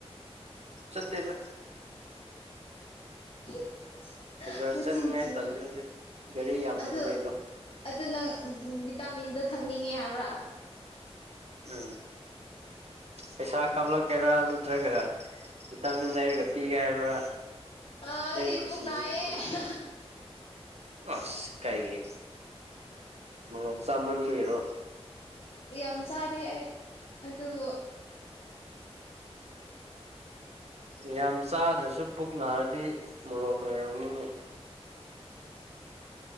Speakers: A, on the right; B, on the left.
A: ꯆꯠꯇꯦꯗ
B: <inaudible>
A: ꯕꯖꯥꯔ
B: ꯃꯆꯤꯟ
A: ꯆꯠꯅꯤꯡꯉꯥꯏ
B: ꯊꯤ
A: ꯇꯜꯂꯦ ꯍꯧꯖꯤꯛ ꯒꯥꯔꯤ ꯌꯥꯝꯃꯟꯕꯩꯀꯣ
B: ꯑꯗꯨ ꯑꯗꯨ ꯅꯪ ꯚꯤꯇꯥꯃꯤꯟꯗꯣ ꯊꯛꯅꯤꯡꯉꯦ ꯍꯥꯏꯕ꯭ꯔꯥ
A: ꯎꯝ ꯄꯩꯁꯥ ꯀꯥꯞꯂꯛꯀꯦꯔꯥ ꯅꯠꯇ꯭ꯔꯒ ꯚꯤꯇꯥꯃꯤꯟ ꯂꯩꯔꯒ ꯄꯤꯒꯦ ꯍꯥꯏꯕ꯭ꯔꯥ
B: ꯑꯥ
A: ꯅꯩ
B: ꯑꯩꯒꯤ
A: ꯈꯨꯁꯤꯅꯤ
B: ꯄꯨꯛ ꯅꯥꯏꯌꯦ
A: ꯑꯗꯨꯗꯤ ꯑꯁ ꯀꯩꯒꯤ ꯑꯣ ꯆꯥꯃꯟꯕꯩꯔꯣ
B: ꯌꯥꯝ ꯆꯗꯦ ꯑꯩ ꯑꯗꯨꯕꯨ
A: ꯌꯥꯝ ꯆꯥꯗ꯭ꯔꯁꯨ ꯄꯨꯛ ꯅꯥꯔꯗꯤ ꯃꯣꯔꯣꯛ ꯂꯣꯏꯔꯝꯅꯤꯅꯤ